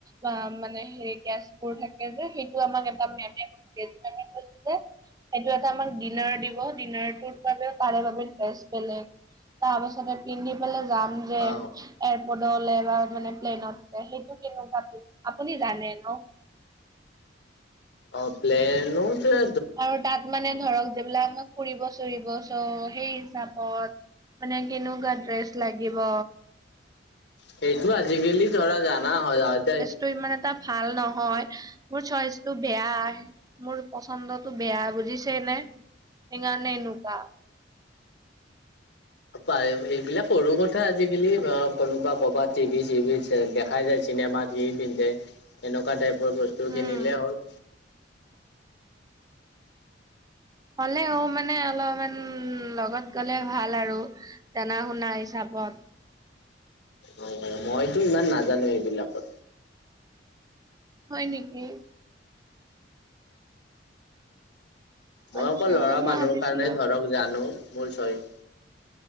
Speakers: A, on the right (about 20°); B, on the left (about 65°).
A: বা মানে হেৰি গেছবোৰ থাকে যে সেইটো আমাৰ এটা মেমে এদিন আমি কৈছো যে সেইটো এটা আমাক ডিনাৰ দিব ডিনাৰতুত বাবে তাৰে বাবে দ্ৰেছ বেলেগ তাৰপাছতে পিন্ধি পেলাই যাম যে
B: অ
A: এয়াৰপৰ্টলে বা মানে প্লেনতে সেইটো কেনেকুৱা কি আপুনি জানে ন'?
B: অ, প্লেন- প্লে
A: আৰু তাত মানে ধৰক যিবিলাক <unintelligible> ফুৰিব চুৰিব চ' সেই হিচাপত মানে কেনেকুৱা ড্ৰেছ লাগিব
B: সেইটো আজিকালি ধৰা জানা <unintelligible> এতিয়া
A: টো ইমান এটা ভাল নহয় মোৰ চইচটো বেয়া। মোৰ পচন্দটো বেয়া বুজিছেইনে সেইকাৰণে এনেকুৱা।
B: অ, পাৰে সেইবিলাক সৰু কথা আজিকালি অ, কোনোবা ক'বাত টিভি-চিভি তে দেখাই যায় চিনেমাত সি পিন্ধে এনেকুৱা টাইপৰ বস্তু
A: উম।
B: কিনিলে হ'ল।
A: হ'লেও মানে অলপমান উম, লগত গলে ভাল আৰু জনা শুনা হিচাপত।
B: অ, মইতো ইমান নাজানো এইবিলাকত।
A: হয় নেকি?
B: মই
A: আচ্ছা,
B: অকল ল'ৰা
A: মই
B: মানুহৰ
A: ভাবিছিলো
B: কাৰণে ধৰক জানো মোৰ চয়চ